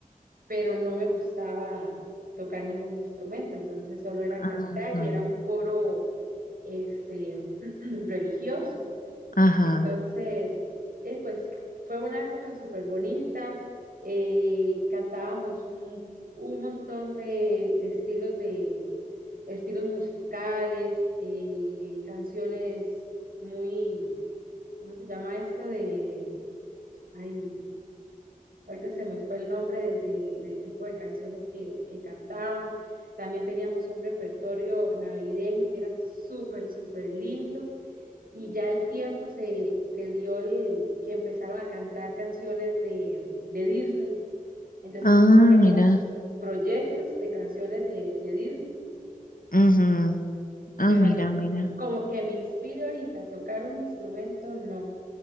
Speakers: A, on the right (about 85°); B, on the left (about 70°).
A: pero no me gustaba tocar ningún instrumento, entonces solo era
B: Ajá.
A: cantar y era un coro este <clears throat> religioso.
B: Ajá.
A: Entonces, eh, pues fue una época súper bonita, eh, cantábamos un, un montón de, de estilos de, de estilos musicales, eh, canciones muy, ¿cómo se llama esto? De, ay, ahorita se me fue el nombre del, del, del tipo de canciones que, que cantaban. También teníamos un repertorio navideño que era súper, súper lindo. Y ya el tiempo se, se dio el, que empezaron a cantar canciones de, de Disney. Entonces
B: Ah,
A: hacíamos
B: mira.
A: proyectos de canciones de, de Disney,
B: Ujú. Ah,
A: pero
B: mira,
A: así,
B: mira.
A: como que me inspire ahorita a tocar un instrumento, no.